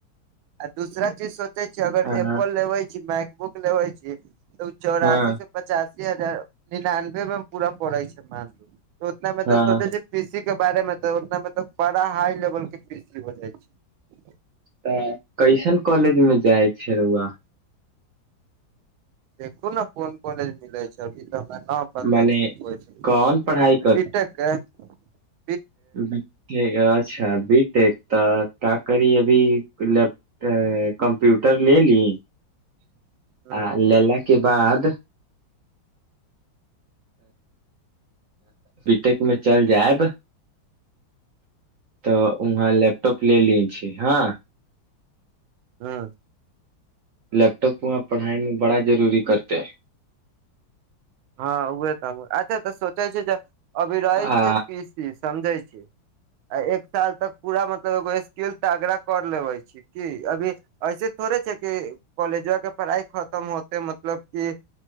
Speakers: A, on the right; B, on the right.
A: आ दूसरा चीज सो चै छी अगर
B: हँ
A: एप्पल लेबैे छी माइक बुक लेबै छी तऽ उ चौरासी
B: हँ
A: सँ पचासी हजार निनानबे मे पूरा पड़े छै मानू ओतना मे
B: हँ
A: तऽ सोचे छी पिसी के बारे मे तऽ ओतना मे तऽ बड़ा हाई लेवल केँ पिसी हो जाइ छै
B: तऽ कैसन कॉलेज मे जाइ छै रौउआ
A: देखू नऽ कोन कॉलेज मिलै छै अभी तऽ हमरा नऽ पता
B: मने
A: छै कॉलेज
B: कोन पढ़ाई
A: बि टेक केँ
B: बि टेक अच्छा बी टेक तऽ का करी अभी लैप तऽ कम्प्यूटर ले ली
A: <inaudible> ह
B: आ लेला केँ बाद बीटेक मे चल जैब तऽ उहाँ लैपटॉप ले ले छी हँ
A: हँ
B: लैपटॉप वहाँ पढ़ाई मे बड़ा जरूरी करतै
A: हँ उहे तऽ हमहूँ अच्छा तऽ सोचे छी जे अभी रहै
B: आ
A: छै पीसी समझै छी आ एक साल तक पूरा मतलब एगो स्किल तागड़ा कर लेबै छी की अभी ऐसे थोड़े छै कि कॉलेजावा केँ पढ़ाइ खतम होते मतलब की